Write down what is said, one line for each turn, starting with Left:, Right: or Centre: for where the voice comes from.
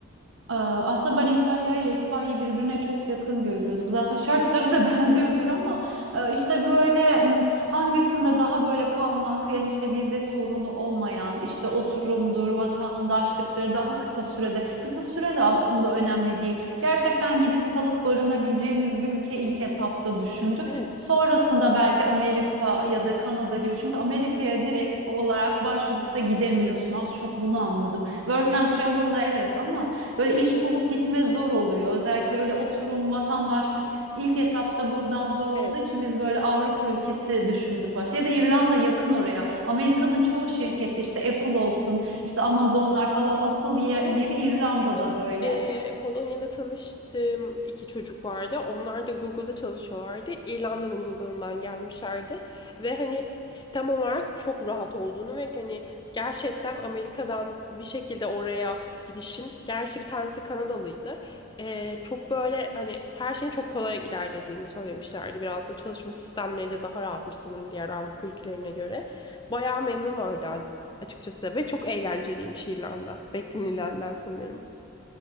Right: Ee, Aslında ben İtalya ile İspanya'yı birbirine çok yakın görüyordum. Zaten şartları da <laughs> benziyordur ama e, işte böyle m, hangisinde daha böyle kalmak yani işte vize sorunu olmayan işte oturumdur, vatandaşlıktır daha kısa sürede. Kısa sürede aslında önemli değil. Gerçekten gidip kalıp barınabileceğimiz bir ülke ilk etapta düşündük.
Left: Evet.
Right: Sonrasında belki Amerika ya da Kanada gibi çünkü Amerika'ya direkt olarak başvurup da gidemiyorsun. Az çok bunu anladım. Work and travel'la evet ama Böyle iş bulup gitme zor oluyor. Özellikle öyle oturum, vatandaşlık ilk etapta buradan zor olduğu
Left: Evet.
Right: için biz böyle Avrupa ülkesi düşündük başta. Ya da İrlanda yakın oraya. Amerika'nın çoğu şirketi işte Apple olsun, işte Amazonlar falan asıl ye-
Left: Evet.
Right: yeri İrlanda'da
Left: Benim
Right: böyle.
Left: eee, Polonya'da tanıştığım iki çocuk vardı. Onlar da Google'da çalışıyorlardı. İrlanda'nın Google'ından gelmişlerdi. Ve hani sistem olarak çok rahat olduğunu ve hani gerçekten Amerika'dan bir şekilde oraya gidişin. Gerçi bir tanesi Kanadalıydı. Eee, çok böyle hani her şeyin çok kolay ilerlediğini söylemişlerdi. Biraz da çalışma sistemleri de daha rahatmış sanırım diğer Avrupa ülkelerine göre. Bayağı memnunlardı açıkçası ve çok eğlenceliymiş İrlanda. Beklenilenden sanırım.